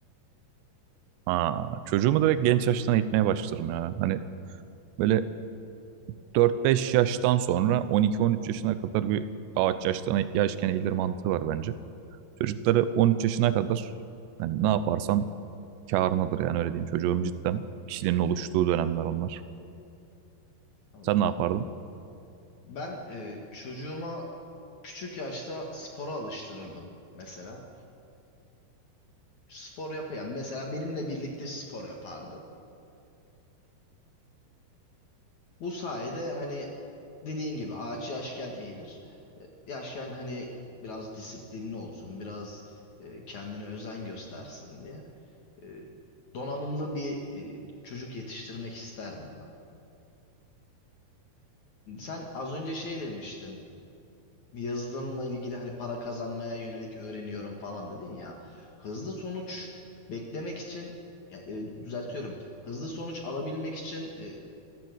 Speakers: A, on the right; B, on the left.
A: Aa, çocuğumu direkt genç yaştan eğitmeye başlarım ya. Hani böyle Dört beş yaştan sonra on iki on üç yaşına kadar bir ağaç yaştan yaşken eğilir mantığı var bence. Çocukları 13 yaşına kadar yani ne yaparsan kârınadır yani öyle diyeyim. Çocuğun cidden kişiliğinin oluştuğu dönemler onlar.
B: Tamam.
A: Sen ne yapardın?
B: Ben e, çocuğuma küçük yaşta spora alıştırırdım mesela. Spor yapayan mesela benimle birlikte spor yapardı. Bu sayede hani dediğin gibi ağaç yaşken eğilir. Yaşken hani biraz disiplinli olsun, biraz e, kendine özen göstersin diye. E, donanımlı bir e, çocuk yetiştirmek isterdim ben. Sen az önce şey demiştin. yazılımla ilgili hani para kazanmaya yönelik öğreniyorum falan dedin ya. Hızlı sonuç beklemek için ya, e, düzeltiyorum. Hızlı sonuç alabilmek için e,